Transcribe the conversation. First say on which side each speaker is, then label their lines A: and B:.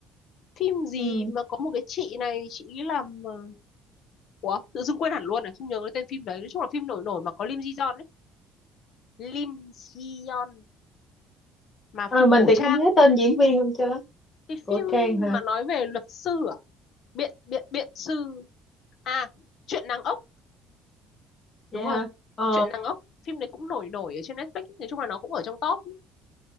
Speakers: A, on the left; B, on the left.
A: phim gì
B: ừ
A: mà có một cái chị này chị ấy làm ờ, ủa tự dưng quên hẳn luôn à không nhớ cái tên phim đấy nói chung là phim nổi nổi mà có Lim Ji Yeon ấy Lim Ji Yeon mà phim
B: Ờ, mình
A: cổ
B: thì
A: trang
B: không nhớ tên diễn viên luôn cho lắm
A: cái
B: của
A: phim
B: Trang hả
A: mà nói về luật sư à biện biện biện sư à chuyện nàng ốc
B: dạ
A: đúng rồi
B: hả ờ
A: chuyện nàng ốc phim đấy cũng nổi nổi ở trên Netflix nói chung là nó cũng ở trong top